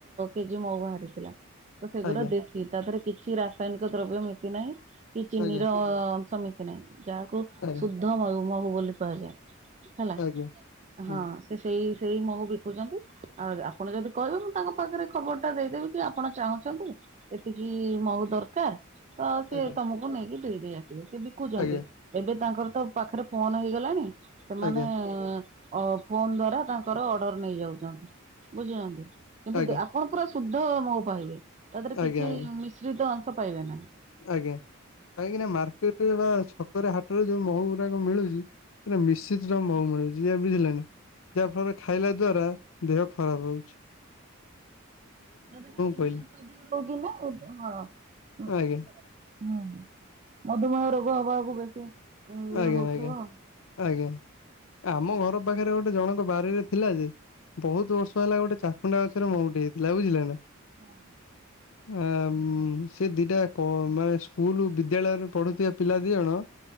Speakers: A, on the right; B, on the left.
A: କେଜି ମହୁ ବାହାରିଥିଲା। ତ ସେଗୁରା
B: ଆଜ୍ଞା
A: ଦେଶି। ତା ଥରେ କିଛି ରାସାଇନିକ ଦ୍ରବ୍ୟ ମିଶି ନାହିଁ। କି ଚିନିର
B: ଆଜ୍ଞା ଆଜ୍ଞା
A: ଅଁ ଅଂଶ ମିଶି ହେ ନାହିଁ ଯାହାକୁ
B: ଆଜ୍ଞା
A: ଶୁଦ୍ଧ ମଳୁ ମହୁ ବୋଲି କୁହାଯାଏ। ହେଲା
B: ଆଜ୍ଞା ହୁଁ
A: ହଁ। ଏ ସେଇ ସେଇ ମହୁ ବିକୁଚନ୍ତି। ଆଉ ଯେ ଆପଣ ଯଦି କହିବେ ମୁଁ ତାଙ୍କ ପାଖେରେ ଖବର ଟା ଦେଇଦେବି କି ଆପଣ ଚାହୁଁଚନ୍ତି ଏତିକି ମୋର ଦରକାର ତ ସିଏ
B: ଆଜ୍ଞା
A: ତମୁକୁ ନେଇକି ଦେଇଦେଇ ଆସିବେ, ସିଏ ବିକୁଚନ୍ତି।
B: ଆଜ୍ଞା
A: ଏବେ ତାଙ୍କର ତ ପାଖରେ ଫୋନ ହେଇଗଲାଣି ସେମାନେ
B: ଆଜ୍ଞା
A: ଅ ଫୋନ୍ ଦ୍ଵାରା ତାଙ୍କର ଅର୍ଡର ନେଇଯାଉଚନ୍ତି, ବୁଝୁଛନ୍ତି କିନ୍ତୁ
B: ଆଜ୍ଞା
A: ଦେ-ଆ ଆପଣ ପୁରା ଶୁଦ୍ଧ ମହୁ ପାଇବେ, ତା ଦେହରେ
B: ଆଜ୍ଞା ଆଜ୍ଞା
A: କିଛି
B: ଆଜ୍ଞା
A: ମିଶ୍ରିତ ଅଂଶ ପାଇବେ ନାହିଁ।
B: ଆଜ୍ଞା, କାହିଁକି ନା ମାର୍କେଟରେ ବା ଛକରେ ହାଟେରେ ଯୋଉ ମହୁ ଗୁଡାକ ମିଳୁଚି ସେଟା ମିଶିତ୍ର ମହୁ ମିଳୁଚି। ଯେ ବୁଝିଲେ ନା, ଯାହା ଫଳରେ ଖାଇଲା ଦ୍ଵାରା ଦେହ ଖରାପ ହଉଚି।
A: ତା ଦେହେରେ ଚିନି
B: କହିଲି
A: ଅଂଶ ବି ରହୁଚି ନା ହଁ <unintelligible> ହଁ
B: ଆଜ୍ଞା
A: ହଁ ମଧୁମେହ ରୋଗ ହବାକୁ ବେଶୀ ଇଏ
B: ଆଜ୍ଞା
A: ହଉଥିବ
B: ଆଜ୍ଞା
A: ଆଉ
B: ଆଜ୍ଞା, ଏ ଆମ ଘର ପାଖେରେ ଗୋଟେ ଜଣଙ୍କ ବାରିରେ ଥିଲା ଯେ ବହୁତୁ ବର୍ଷ ହେଲା ଗୋଟେ ଚାକୁଣ୍ଡା ଗଛରେ ମହୁଟେ ହେଇଥିଲା, ବୁଝିଲେ ନା।
A: ହଁ।
B: ହ <inaudible> ଆମ୍ ସେ ଦିଟା ଯାକ ମାନେ ସ୍କୁଲ ବିଦ୍ୟାଳୟରେ ପଢୁଥିବା ପିଲା ଦି ଜଣ